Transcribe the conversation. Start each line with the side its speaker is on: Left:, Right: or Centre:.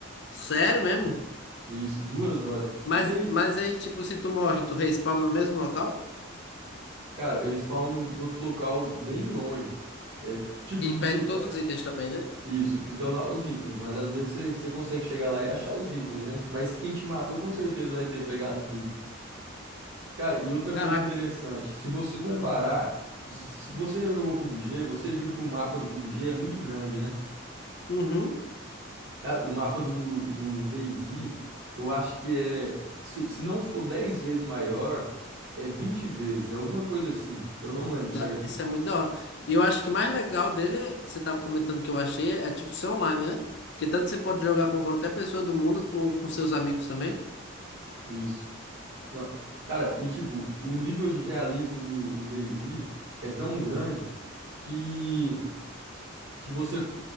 Left: Sério mesmo?
Right: Isso, duas horas.
Left: Mas,
Right: E daí
Left: mas aí, tipo, se tu morre, tu respawna no mesmo local
Right: Cara, eles spawnam em outro local bem longe. É, tipo, no,
Left: e
Right: no-
Left: perde todos
Right: é,
Left: os itens também, né?
Right: isso, fica lá os itens, mas às vezes você você consegue chegar lá e achar os itens, né? Mas quem te matou com certeza vai ter pegado tudo. Cara, e outra coisa
Left: Caraca,
Right: interessante, se você comparar,
Left: da hora.
Right: se você já jogou PUBG, você viu que o mapa do PUBG é muito grande, né?
Left: Uhum.
Right: Cara, o mapa do, do DayZ, eu acho que é, se, se não for 10 vezes maior, é 20 vezes, é alguma coisa assim. Eu não lembro
Left: Da-
Right: certinho.
Left: Isso é muito da hora. E eu acho que o mais legal dele, é- que você tava comentando que eu achei, é, é, tipo ser online, né? Porque tanto você pode jogar com qualquer pessoa do mundo ou com seus amigos também.
Right: Isso. Não, cara, e tipo, o nível de realismo do do DayZ é tão grande que que você